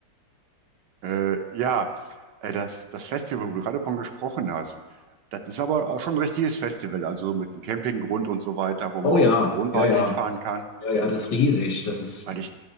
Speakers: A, on the right; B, on the left.
A: Äh, ja, äh, das, das Festival, wo du gerade von gesprochen hast. Das ist aber auch schon ein richtiges Festival, also so mit einem Campinggrund und so weiter, wo man
B: Oh
A: auch
B: ja,
A: mit dem Wohnwagen
B: ja, ja,
A: hinfahren kann.
B: ja, ja, das ist riesig. Das ist,
A: Weil ich